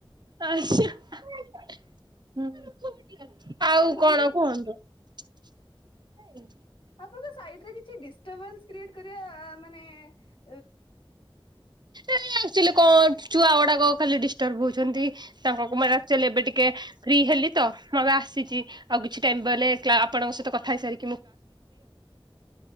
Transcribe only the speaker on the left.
ଆପଣ
ଭଲରେ
ଆପଣଙ୍କ ସାଇଟରେ କିଛି ଡିଷ୍ଟରବାନ୍ସ କ୍ରିଏଟ୍ କରିବା ମାନେ ଏଁ